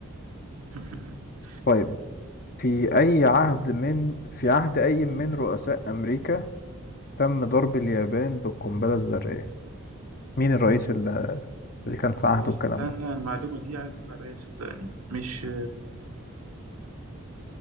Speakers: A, on the right; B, on the left.
A: <laughs>
B: طيب في اي عهد من في عهد اي من رؤساء امريكا تم ضرب اليابان بالقنبله الذريه مين الرئيس اللي اللي كان في عهده
A: طب استنى
B: الكلام ده
A: المعلومه دي عدت عليا صدقني مش